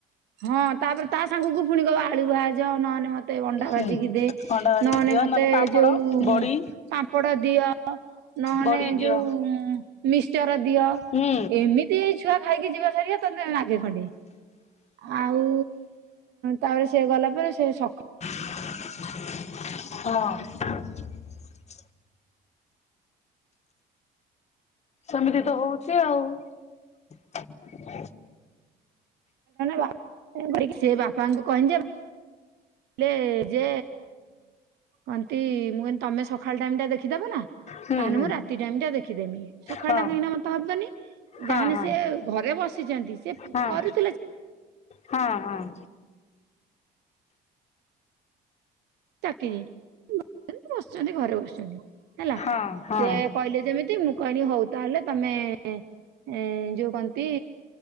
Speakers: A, on the right; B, on the left.
A: ହଁ ତାପରେ ତା ସାଙ୍ଗ କ ପୁଣି କହିବ ଆଳୁ ଭାଜେ ନହେଲେ ମତେ ମତେ ଅଣ୍ଡା
B: ହୁଁ।
A: ଭାଜିିକି ଦେ
B: ଅଣ୍ଡା ଭାଜିକି
A: ନହଲେ
B: ଦିଅ
A: ମତେ
B: ନହେଲେ ପାମ୍ପଡ
A: ଯୋଉ
B: ବଡି
A: ପାମ୍ପଡ ଦିଅ। ନହେଲେ
B: ବଡି ଦିଅ
A: ଯୋଉ ମିକସଚର ଦିଅ
B: ହୁଁ
A: ଏମିତି ଏଇ ଛୁଆ ଖାଇକି ଯିବା ସାରିକି ତତେ ନାଗେ ଖଣ୍ଡେ ଆଉ ତାପରେ ସେ ଗଲା ପରେ ସେ ସକାଳ
B: <inaudible> ହଁ। ସେମିତି ତ ହୋଉଛି ଆଉ
A: ବା କରିକି ସେ ବାପାଙ୍କୁ କହିିନି ଯେ ହେଲେ ଯେ କହନ୍ତି ମୁଁ ତମେ ସକାଳ ଟାଇମ ଟା ଦେଖିଦବ ନା
B: ହୁଁ
A: ତାହେଲେ
B: ହୁଁ
A: ମୁଁ ରାତି ଟାଇମ ଟା ଦେଖିଦେମି। ସକାଳ
B: ହଁ
A: ଟା କାହିଁକି ନା ମତେ ହବନି
B: ହଁ
A: ଯାହାହେନେ
B: ହଁ।
A: ସିଏ ଘରେ ବସିଛନ୍ତି। ସେ
B: ହଁ
A: କରୁଥିଲେ
B: ହଁ ହଁ।
A: ତାକି ବସିଚନ୍ତି ଘରେ ବସଚନ୍ତି ହେଲା।
B: ହଁ ହଁ
A: ସେ କହିଲେ ଯେମିତି ମୁଁ କହିଲି ହଉ ତାହେଲେ ତମେ ଏ ଯୋଉ କଣନ୍ତି